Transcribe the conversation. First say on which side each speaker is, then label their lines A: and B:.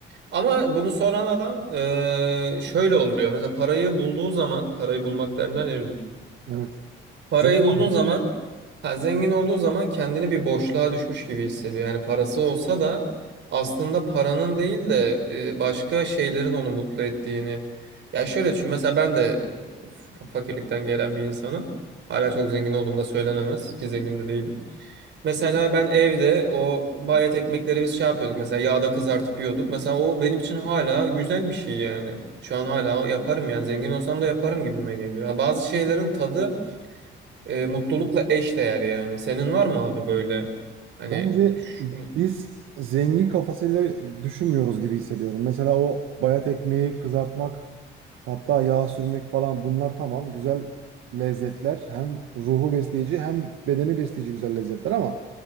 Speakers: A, on the right; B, on the right.
A: Ama bunu soran adam e, şöyle oluyor. Mesela parayı bulduğu zaman parayı bulmak derler ya
B: Evet.
A: Parayı
B: Zengin
A: bulduğu
B: olmak
A: zaman
B: yani.
A: ha, zengin olduğu zaman kendini bir boşluğa düşmüş gibi hissediyor. Yani parası olsa da aslında paranın değil de e, başka şeylerin onu mutlu ettiğini. Ya şöyle düşün mesela ben de e, fa- fakirlikten gelen bir insanım. Hala çok zengin olduğumda söylenemez ki zengin de değilim. Mesela ben evde o bayat ekmekleri biz şey yapıyorduk mesela yağda kızartıp yiyorduk. Mesela o benim için hala güzel bir şey yani. Şu an hala yaparım yani zengin olsam da yaparım gibime geliyor. Ha, bazı şeylerin tadı e, mutlulukla eş değer yani. Senin var mı abi böyle hani
B: Bence
A: şunu-
B: biz zengin kafasıyla düşünmüyoruz gibi hissediyorum. Mesela o bayat ekmeği kızartmak, hatta yağ sürmek falan bunlar tamam güzel lezzetler. Hem ruhu besleyici hem bedeni besleyici güzel lezzetler ama